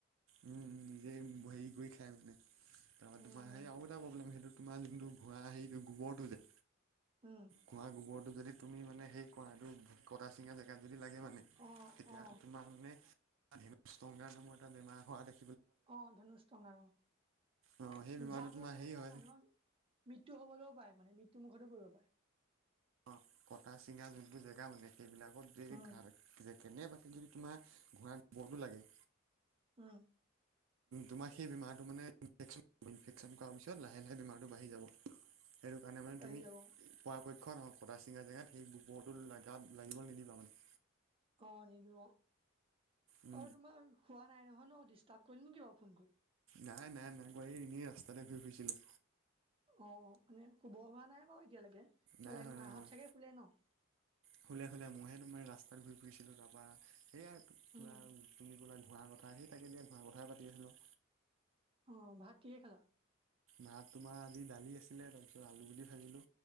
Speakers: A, on the right; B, on the right.
A: উমঁ' উমঁ' নিজে হেৰি কৰি খাই মানে তাৰপৰা
B: উম
A: তোমাৰ সেৰি আৰু এটা প্ৰব্লেম সেইটো- তোমাৰ যোনটো ঘোঁৰা হেৰিটো গোবৰটো যে।
B: উমঁ'।
A: ঘোঁৰাৰ গোবৰটো যদি তুমি মানে সেই কুঁহাটো কটা চিঙা জেগাত যদি লাগে মানে-
B: অ
A: তেতিয়া
B: অ
A: তোমাৰ মানে <unintelligible> ধেনু ষ্টোগাৰ এটা বেমাৰ হোৱা দে
B: অঁ' ধনুছ ষ্টোগাৰ অঁ'
A: অ সেই বেমাৰটো
B: যাৰ ফলত মানে
A: হেৰি
B: তোমাৰ
A: হয়
B: মানুহৰ- মৃত্যু হ'বলৈও পাৰে মানে মৃত্যু মুখতো পৰিব পাৰে।
A: অঁ' কটা চিঙা যোনটো জেগা মানে সেইবিলাকত যদি
B: উম
A: ঘা কেনেবাকে যদি তোমাৰ ঘোঁৰা গোবৰটো লাগে-
B: উমঁ।
A: তোমাক সেই বেমাৰটো মানে <unintelligible> ইনফেকচন কৰাৰ পিছত লাহে লাহে বেমাৰটো বাঢ়ি যাব। সেইটো কাৰণে মানে
B: বাঢ়ি
A: তুমি-
B: যাব
A: পৰাপক্ষত কতা চিঙা জেগাত সেই গোবৰটো লগাত লাগিবলৈ নিদিবা মানে।
B: অঁ' নিদিওঁ
A: উম
B: আৰু তোমাৰ শুৱা নাই নহয় ন' ডিষ্টাৰ্ব কৰিল নেকি বাৰু ফোন কৰি?
A: নাই নাই নাই কৰা, এই এনেই ৰাস্তাতে ঘূৰি ফুৰিছিলোঁ।
B: অঁ' মানে শুব হোৱা নাই বাৰু এতিয়ালৈকে,
A: নাই
B: বেলেগ
A: হয়
B: মাহত
A: নাই হয়
B: চাগে শুলে ন'?
A: শুলে শুলে, মইহে তোমাৰ ৰাস্তাত ঘূৰি ফুৰিছিলোঁ তাৰপৰা সেয়াই কিবা-
B: উম
A: তুমি কলা ঘোঁৰা কথা সেই তাকে এতিয়া ঘোঁৰা কথাই পাতি আছিলোঁ।
B: অঁ' ভাত কিহেৰে খালা?
A: ভাত তোমাৰ আজি দালি আছিলে তাৰপিছত আলু গুতি ভাজিলো।